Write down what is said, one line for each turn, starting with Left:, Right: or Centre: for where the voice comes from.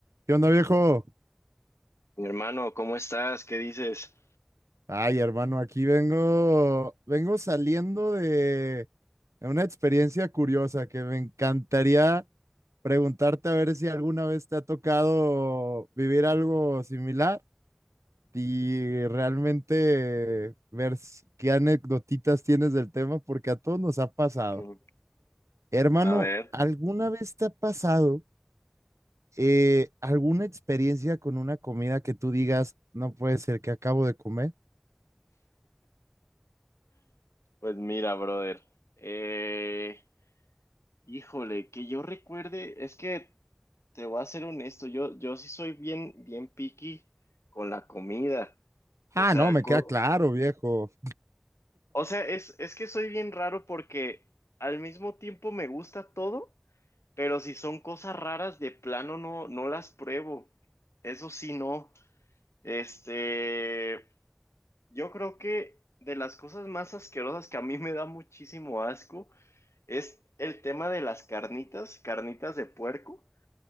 Right: ¿Qué onda, viejo?
Left: Mi hermano, ¿cómo estás? ¿Qué dices?
Right: Ay, hermano, aquí vengo, vengo saliendo de una experiencia curiosa que me encantaría preguntarte a ver si alguna vez te ha tocado vivir algo similar y realmente ver s- qué anecdotitas tienes del tema, porque a todos nos ha pasado.
Left: <laughs> Ujú.
Right: Hermano,
Left: A ver,
Right: ¿alguna vez te ha pasado eh, alguna experiencia con una comida que tú digas, no puede ser que acabo de comer?
Left: pues mira, brother. Eh, híjole, que yo recuerde, es que te voy a ser honesto, yo, yo sí soy bien, bien picky con la comida. O
Right: Ah,
Left: sea,
Right: no, me
Left: co-
Right: queda claro, viejo.
Left: o sea, es, es que soy bien raro porque al mismo tiempo me gusta todo, pero si son cosas raras, de plano no, no las pruebo. Eso sí, no. Este. Yo creo que de las cosas más asquerosas que a mí me da muchísimo asco es el tema de las carnitas, carnitas de puerco.